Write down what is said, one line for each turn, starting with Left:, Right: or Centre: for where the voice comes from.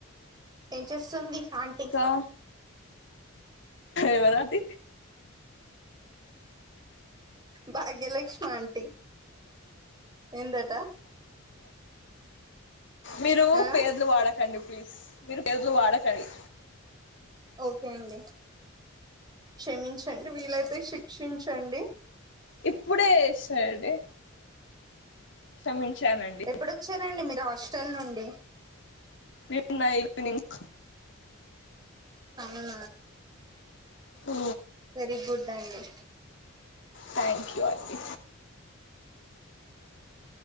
Right: ఏం చేస్తుంది ఆంటీ
Left: ఇంకా ఎవరండి
Right: భాగ్యలక్ష్మాంటి ఏందట
Left: మీరు
Right: ఆ
Left: పేర్లు వాడకండి ప్లీజ్ మీరు పేర్లు వాడకండి
Right: ఓకే అండి క్షమించండి వీలైతే శిక్షించండి
Left: ఇప్పుడే ఏసాడే క్రమించానండి
Right: ఎప్పుడొచ్చారండి మీరు హాస్టల్ నుండి
Left: నిన్న ఈవినింగ్
Right: అ
Left: ఉ
Right: వెరీ గుడ్ అండి
Left: థ్యాంక్ యూ అండి